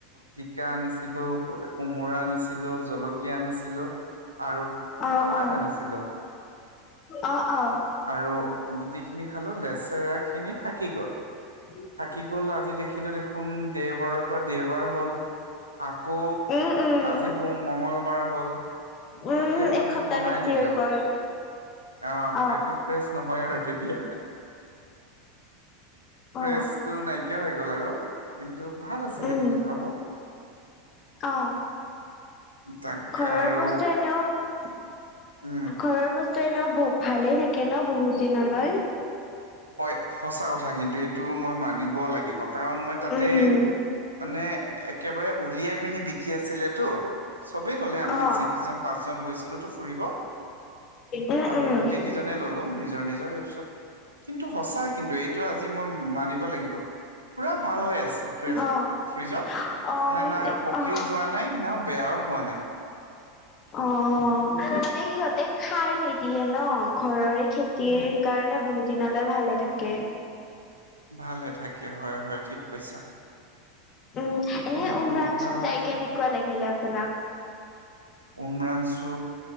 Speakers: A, on the right (about 80°); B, on the left (about 35°).
A: জিকা আনিছিলো, কোমোৰা আনিছিলো, জল <unintelligible> জলকীয়া আনিছিলো আৰু ৰঙালাও
B: অ', অ'।
A: আগ আনিছিলো। <unintelligible>
B: অ', অ',
A: আৰু গোটেইখিনি খালোঁ। লেচেৰাখিনি থাকি গ'ল। <unintelligible> <unintelligible>
B: উম <unintelligible>
A: থাকি গ'ল। আজি দেখিলোঁ দেখোন দেওবাৰৰ পৰা দেওবাৰ হ'ল আকৌ <inaudible>
B: উম, উম।
A: আজি সোম মঙ্গলবাৰ হ'ল
B: উম,
A: তাকে ভাবি
B: এসপ্তাহ
A: বনাই
B: বেছি
A: দিলো।
B: হৈ গ'ল
A: <unintelligible> অঁ!
B: অ',
A: এইটো ফ্ৰেছ নহয় আৰু তেতিয়া। <inaudible>
B: অ',
A: ফ্ৰেচটো নাইকিয়া হৈ গ'ল আৰু। <unintelligible> ভাল আছিলে
B: উম!
A: কিন্তু খাব
B: অ! <unintelligible>
A: তাক
B: ঘৰৰ
A: আৰু
B: বস্তু এনেও <inaudible>
A: উম। <unintelligible>
B: ঘৰৰ বস্তু এনেও বহ ভালেই থাকে ন বহুত দিনলৈ।
A: হয়, সঁচা কথা কিন্তু এইটো মই মানিব লাগিব কাৰণ মই তাতে
B: উম,
A: মানে একেবাৰে উলিয়াই পিনি বিকি আছিলেতো। চবে ললে আমি
B: অ'।
A: যিকিজন পাঁচজন গৈছিলোতো ফুৰিব
B: উম,
A: আমি
B: উম,
A: গোটেই কেইজনে ললো। নিজ নিজৰ ৰিপছত। কিন্তু সঁচা কিন্তু এইটো আজি মই মানিব লাগিব। পুৰা ভাল হৈ আছে ফ্ৰেজ
B: অ',
A: ফ্ৰিজত।
B: অ',
A: মানে নাই পকিও
B: অ'।
A: যোৱা নাই, নাও বেয়াও পোৱা নাই। <inaudible>
B: অ', মানে সিহঁতে সাৰ নিদিয়ে ন, ঘৰৰে খেতিৰ সেইকাৰণে বহুত দিনলৈ ভালে থাকে।
A: ভালে থাকে, হয় হয়, ঠিক কৈছা।
B: উম। এনে
A: কিন্তু
B: উমৰাংছুত
A: ভাল লাগিলে।
B: যাই কেনেকুৱা লাগিলে আপোনাক?
A: উমৰাংছু